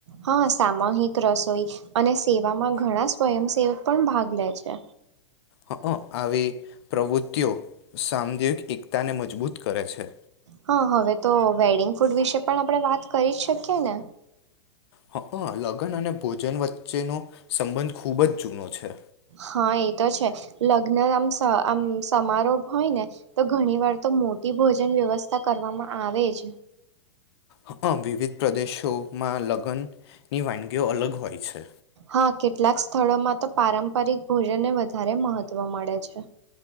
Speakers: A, on the right (about 80°); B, on the left (about 65°).
A: હા સામહિક રસોઈ અને સેવામાં ઘણા સ્વયંસેવક પણ ભાગ લે છે
B: હ આવી પ્રવૃતિઓ સામદિક એકતાને મજબૂત કરે છે
A: હા હવે તો વેડિંગ ફૂડ વિશે પણ આપણે વાત કરી જ શકીએ ને
B: હ લગ્ન અને ભોજન વચ્ચેનો સંબંધ ખૂબ જ જૂનો છે
A: હા એ તો છે લગ્ન આમ આમ સમારોહ હોય ને તો ઘણી વાર તો મોટી ભોજન વ્યવસ્થા કરવામાં આવે જ
B: હા વિવિધ પ્રદેશોમાં લગ્નની વાનગીઓ અલગ હોય પ છે
A: હા કેટલાક સ્થળોમાં તો પારંપરિક ભોજનને વધારે મહત્વ મળે છે